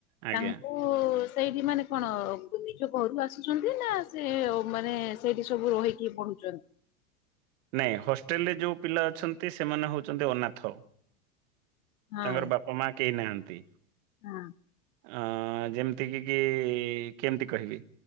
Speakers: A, on the right; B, on the left.
A: ଆଜ୍ଞା।
B: ତାଙ୍କୁ ସେଇଠି ମାନେ କଣ ନିଜ ଘରୁ ଆସୁଛନ୍ତି ନା ସେ ମାନେ ସେଇଠି ସବୁ ରହିକି ପଢୁଛନ୍ତି।
A: ନାଇଁ ହଷ୍ଟେଲ୍ ରେ ଯୋଉ ପିଲା ଅଛନ୍ତି ସେମାନେ ହଉଛନ୍ତି ଅନାଥ।
B: ହଁ
A: ତାଙ୍କର ବାପା ମା କେହି ନାହାନ୍ତି।
B: ହଁ।
A: ଅ ଯେମିତିକି କି କେମତି କହିବି?